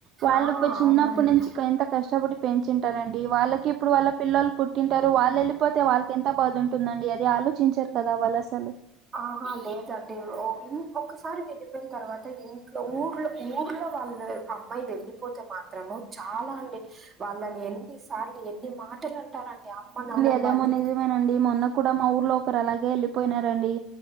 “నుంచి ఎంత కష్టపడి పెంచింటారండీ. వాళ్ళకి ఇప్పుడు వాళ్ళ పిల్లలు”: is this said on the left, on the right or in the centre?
Right